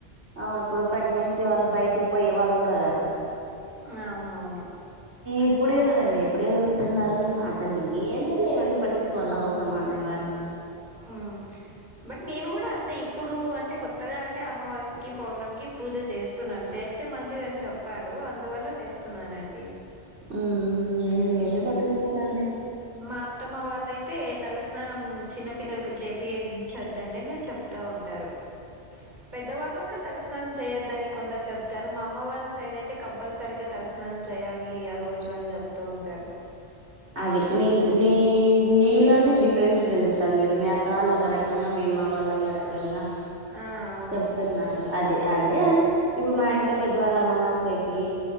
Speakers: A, on the right; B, on the right.
A: అ ఇప్పుడు ప్రెగ్నెన్సీ వాళ్ళు బయటికి పోయే వాళ్ళు కూడా కాదు
B: అ అవునవును
A: ఇప్పుడు ఎవరండి ఇప్పుడు ఎవరు ఉంటున్నారు అసలు ఏం లేవన్నీ పట్టి వాళ్ళు అవసరమా అనే వారు
B: ఆ బట్ నేను కూడా అంతే ఇపు ఇప్పుడు అంటే కొత్తగా అంటే అమావాస్యకి పౌర్ణమికి పూజ చేస్తున్నాను చేస్తే మంచిదని చెప్ప ప్పారు అందువల్ల చేస్తున్నానండి
A: మ్ నేను
B: మ్మ్
A: ఏది పట్టిచ్చుకోనండి
B: మా అత్తమ్మ వాళ్ళయితే తలస <unintelligible> స్నానం చిన్న పిల్లలకి చేపించద్దండి నేను చెప్తా ఉంటారు పెద్దవాళ్ళు గూడ తలస్నానం చేయొద్దని కొందరు చెప్తారు మా అమ్మ వాళ్ళ సైడ్ అయితే కంపల్సరీగా తలస్నానం చేయాలి ఆ రో <unintelligible> చెప్తూ ఉంటారు
A: అది మీ మీ మీలోనే డిఫరెన్స్ తెలుస్తంది చూడు మీ అత్త వాళ్ళు ఒక <unintelligible> మీ అమ్మ వాళ్ళు ఒక రకంగా
B: ఆ అవును
A: చెప్తున్నారు అది అదే అ ఇప్పుడు మా ఇంట్లో పెద్దవాళ్ళ అమావాస్యకి